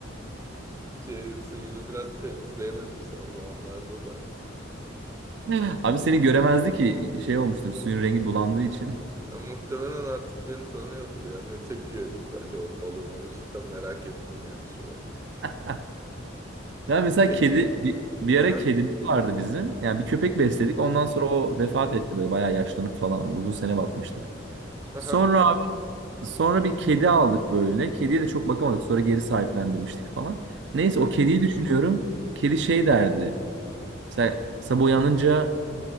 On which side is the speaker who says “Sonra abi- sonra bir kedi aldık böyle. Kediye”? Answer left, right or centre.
Right